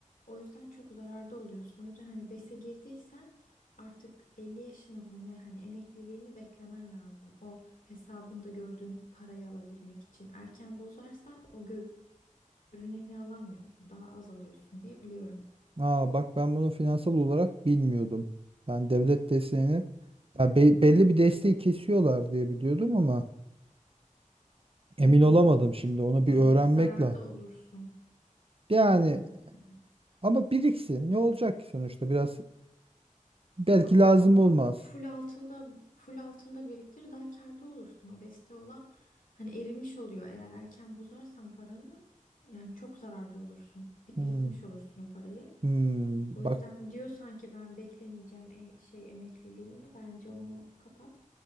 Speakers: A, on the left; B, on the right.
A: O yüzden çok zararda oluyorsun. O yüzden hani BES'e girdiysen artık 50 yaşını mı ne hani emekliliğini beklemen lazım. O hesabında gördüğün parayı alabilmek için. Erken bozarsan o gö- görüneni alamıyorsun, daha az alıyorsun diye biliyorum.
B: Aa bak ben bunu finansal olarak bilmiyordum. Ben devlet desteğini ya be- belli bir desteği kesiyorlar diye biliyordum ama emin
A: Hı hı.
B: olamadım şimdi onu
A: Yani
B: bir öğrenmek
A: zararda
B: lazım.
A: olursun.
B: Yani
A: He, evet.
B: Ama biriksin. Ne olacak ki sonuçta? Biraz belki
A: Ama
B: lazım
A: o zaman
B: olmaz.
A: full altında full altında biriktir daha kârda olursun. O beste olan hani erimiş oluyor. Eğer erken bozarsan paranı yani çok zararda olursun.
B: Hmm.
A: Eritmiş olursun o parayı.
B: Hmm.
A: O
B: Bak
A: yüzden diyorsan ki ben beklemeyeceğim e- şey emekliliğimi bence onu kapat.